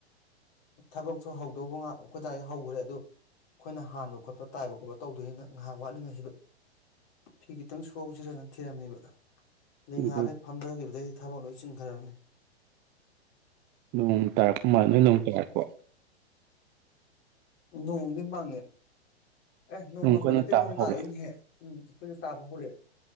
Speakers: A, on the left (about 40°); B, on the right (about 30°).
A: ꯊꯕꯛꯁꯨꯣ ꯍꯧꯗꯧꯕ ꯉꯥꯏꯍꯥꯛ ꯑꯩꯗꯥꯏ ꯍꯧꯈ꯭ꯔꯦ ꯑꯗꯨꯗꯣ ꯑꯩꯈꯣꯏꯅ ꯍꯥꯟꯕ ꯈꯣꯠꯄ ꯇꯥꯏꯕ ꯈꯣꯠꯄ ꯇꯧꯗꯣꯏꯅꯤꯅ ꯉꯥꯏꯍꯥꯛ ꯋꯥꯠꯂꯤꯉꯩꯁꯤꯗ ꯐꯤ ꯈꯤꯇꯪ ꯁꯣꯁꯤꯔꯅ ꯊꯤꯔꯝꯃꯤꯕ
B: ꯑꯗꯨꯗꯣ
A: ꯉꯍꯥꯟꯂ ꯐꯝꯊꯈꯤꯕꯗꯩꯗꯤ ꯊꯕꯛ ꯂꯣꯏꯁꯤꯟ ꯈꯔꯅꯤ
B: ꯅꯣꯡ ꯇꯥꯔꯛꯄ ꯃꯥꯗ ꯅꯣꯡ ꯇꯥꯔꯛꯄ
A: ꯅꯣꯡꯗ ꯄꯦ ꯑꯦ ꯅꯣꯡꯃꯪꯕ
B: ꯅꯣꯡ ꯀꯟꯅ
A: ꯅꯠꯇꯦ
B: ꯇꯥꯕ
A: ꯅꯣꯡ
B: ꯍꯧꯔꯛꯑꯦ
A: ꯇꯥꯜꯂꯛꯏꯅꯍꯦꯛ ꯎꯝ ꯑꯩꯈꯣꯏꯁꯨ ꯇꯥꯕ ꯍꯧꯔꯛꯑꯦ